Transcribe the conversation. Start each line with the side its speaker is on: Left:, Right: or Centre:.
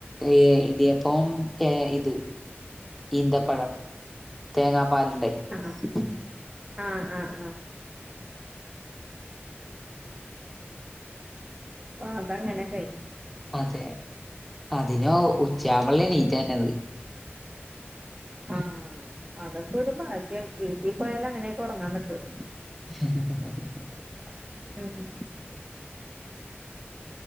Centre: ഏഹ് ഇടിയപ്പം ഏഹ് ഇത് ഈന്തപ്പഴം തേങ്ങാ പാലിണ്ട
Right: ആഹ്
Centre: <unintelligible>
Right: ആഹ് ആഹ് ആഹ് ആ അത് അങ്ങനെ കഴിഞ്ഞു
Centre: അതെ അതിനോ ഉച്ച ആ അവള് എണീറ്റത്
Right: ആഹ് അതൊക്കെ ഒരു ഭാഗ്യം വീട്ടി പോയാലേ അങ്ങനെയക്കെ ഒറങ്ങാൻ പറ്റുള്ളൂ
Centre: <unintelligible>
Right: മ് ഹ്